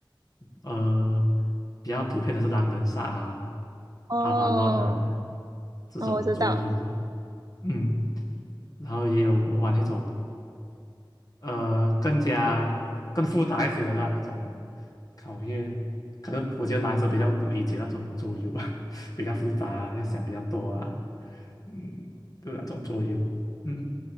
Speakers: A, on the left; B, on the right.
A: 呃比较普遍的是狼人杀啊、
B: 哦
A: 阿 v a l 啊这种桌游咯，
B: 哦，我知道，
A: 嗯，然后也有玩那种。呃更加更复杂一些的啦，那种考验，可能我觉得男生比较理解那种桌游吧，<laughs> 比较复杂，要想比较多啊，嗯，对那种桌游，嗯